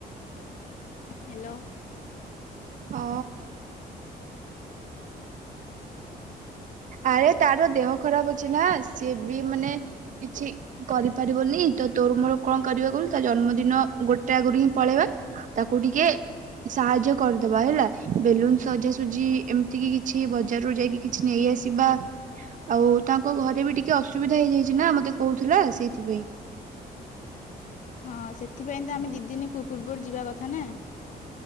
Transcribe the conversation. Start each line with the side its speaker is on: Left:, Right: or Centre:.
Left: ହ୍ୟାଲୋ।
Right: ଅ ଆରେ ତାର ଦେହ ଖରାପ ଅଛି ନାଁ ସିଏ ବି ମାନେ କିଛି କରିପାରିବନି ତ ତୋର ମୋର କଣ କରିବା କହିଲୁ ତା ଜନ୍ମଦିନ ଗୋଟେ ଆଗରୁ ହିଁ ପଳେଇବା। ତାକୁ ଟିକେ ସାହାଯ୍ୟ କରିଦବା ହେଲା ବେଲୁନ ସଜାସୁଜି ଏମତି କି କିଛି ବଜାରୁରୁ ଯାଇକି କିଛି ନେଇ ଆସି ଇବା ଆଉ ତାଙ୍କ ଘରେ ବି ଟିକେ ଅସୁବିଧା ହେଇଯାଇଚି ନାଁ ମତେ କୋହୁଥୁଲା ସେଇଥିପାଇଁ।
Left: ହଁ ସେଥିପାଇଁ ତ ଆମେ ଦି ଦିନି ପୂ ପୂର୍ବରୁ ଯିବା କଥା ନାଁ।